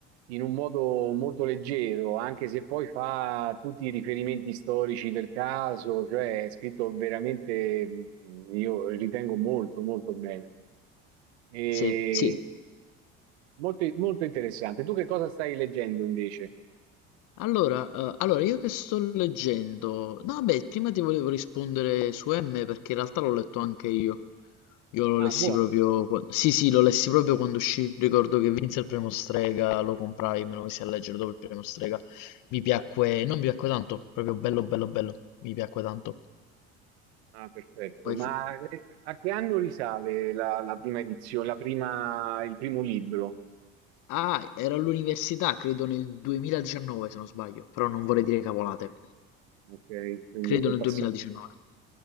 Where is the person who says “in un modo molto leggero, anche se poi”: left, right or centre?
Right